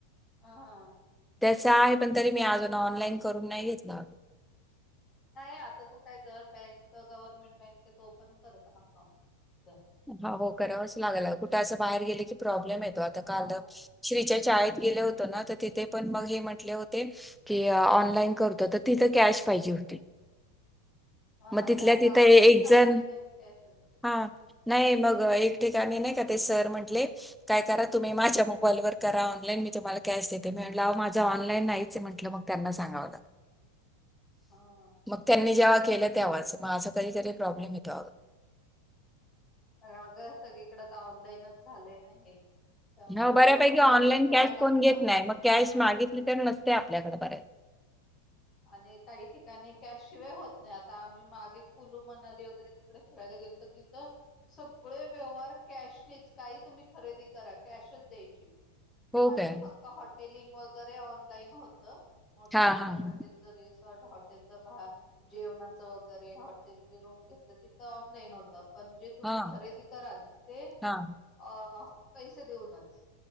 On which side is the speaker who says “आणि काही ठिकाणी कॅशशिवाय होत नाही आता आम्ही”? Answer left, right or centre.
Left